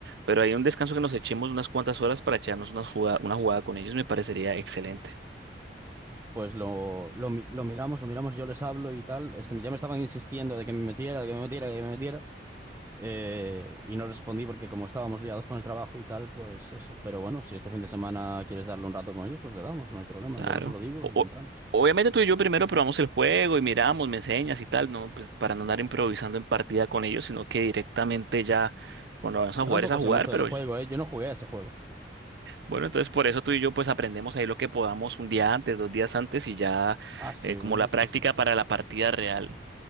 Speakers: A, on the right; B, on the right.
A: pero hay un descanso que nos echemos unas cuantas horas para echarnos una jugada, una jugada con ellos, me parecería excelente.
B: Pues lo, lo, mi- lo miramos, lo miramos, yo les hablo y tal. Es que ya me estaban insistiendo de que me metiera, de que me metiera, de que me metiera. Eh, y no respondí porque como estábamos liados con el trabajo y tal, pues eso. Pero bueno, si este fin de semana quieres darle un rato con ellos, pues le damos, no hay problema.
A: Claro.
B: Yo lo- se lo digo
A: O-
B: y
A: o-
B: entramos.
A: obviamente tú y yo primero probamos el juego y miramos, me enseñas y tal, ¿no? Pues para no andar improvisando en partida con ellos, sino que directamente ya cuando vamos
B: Yo
A: a jugar
B: tampoco
A: es a jugar,
B: sé mucho
A: pero
B: del juego, ¿eh? Yo no jugué a ese juego.
A: Bueno, entonces por eso tú y yo pues aprendemos ahí lo que podamos un día antes, dos días antes y ya
B: Ah, sí,
A: eh, como
B: bueno,
A: la
B: sí,
A: práctica
B: sí.
A: para la partida real.